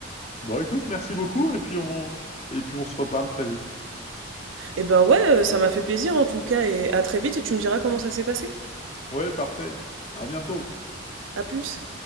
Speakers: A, on the left; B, on the right.
A: Bon, écoute, merci beaucoup, et puis on, et puis on se reparle très vite.
B: Eh ben ouais, euh, ça m'a fait plaisir en tout cas et à très vite et tu me diras comment ça s'est passé.
A: Ouais, parfait. À bientôt.
B: À plus.